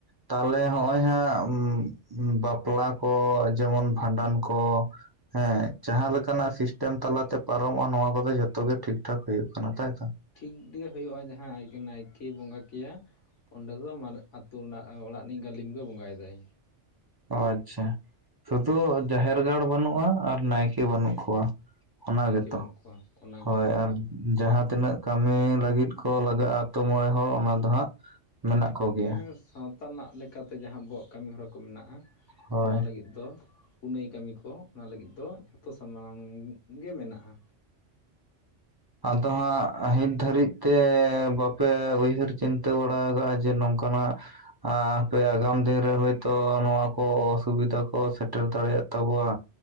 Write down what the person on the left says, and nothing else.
ᱴᱷᱤᱠ ᱜᱮ ᱦᱳᱭᱳᱜᱼᱟ ᱡᱟᱦᱟᱸ ᱱᱟᱭᱠᱮ ᱵᱚᱸᱜᱟ ᱠᱮᱭᱟ ᱚᱸᱰᱮ ᱫᱚ <unintelligible> ᱟᱛᱳ ᱨᱮᱱᱟᱜ ᱚᱲᱟᱜ ᱨᱤᱱᱤᱡ ᱜᱟᱹᱞᱤᱢ ᱜᱮ ᱵᱚᱸᱜᱟᱭ ᱫᱟᱭ
ᱱᱟᱭᱠᱮ
ᱵᱟᱹᱱᱩᱜ ᱠᱚᱣᱟ ᱚᱱᱟᱜᱮ
ᱦᱮᱸ ᱥᱟᱶᱛᱟ ᱨᱮᱱᱟᱜ ᱞᱮᱠᱟᱛᱮ ᱡᱟᱦᱟᱸ ᱟᱵᱚᱣᱟᱜ ᱠᱟᱹᱢᱤᱦᱚᱨᱟ ᱠᱚ ᱢᱮᱱᱟᱜᱼᱟ
ᱚᱱᱟ ᱞᱟᱹᱜᱤᱫ ᱫᱚ ᱯᱩᱱᱟᱹᱭ ᱠᱟᱹᱢᱤ ᱠᱚ ᱚᱱᱟ ᱞᱟᱹᱜᱤᱫ ᱫᱚ ᱡᱷᱚᱛᱚ ᱥᱟᱢᱟᱝ ᱜᱮ ᱢᱮᱱᱟᱜᱼᱟ᱾